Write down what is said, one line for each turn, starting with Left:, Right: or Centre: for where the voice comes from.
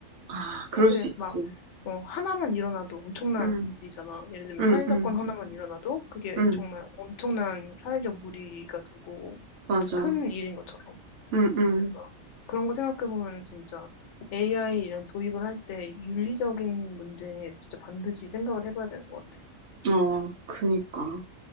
Right: 아, 그럴
Left: 사실
Right: 수 있지.
Left: 막, 뭐, 하나만 일어나도 엄청난
Right: 응
Left: 일이잖아. 예를 들면
Right: 응,
Left: 살인사건
Right: 응,
Left: 하나만 일어나도 그게
Right: 응,
Left: 정말 엄청난 사회적 무리가 되고
Right: 맞아.
Left: 진짜 큰 일인 것처럼.
Right: 응, 응.
Left: 그러니까 그런 거 생각해보면 진짜 AI 이런 도입을 할 때 윤리적인 문제에 진짜 반드시 생각을 해봐야 되는 것 같아.
Right: 어, 그니까.